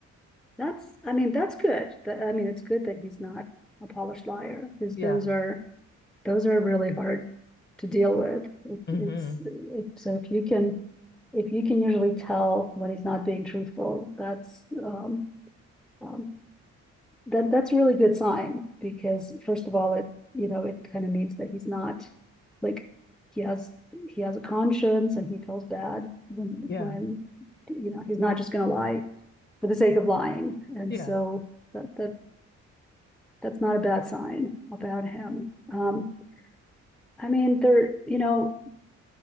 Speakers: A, in the centre; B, on the left.
A: that's I mean that's good. That, I mean it's good that he's not a polished liar because
B: Yeah.
A: those are those are really hard to deal with. It,
B: hmm
A: it's it, so if you can if you can usually tell when he's not being truthful, that's um, um, that that's a really good sign because first of all, it you know it kind of means that he's not like he has he has a conscience and he feels bad when
B: Yeah.
A: when you know he's not just going to lie for the sake of lying, and
B: Yeah.
A: so that that that's not a bad sign about him. Um, I mean, there you know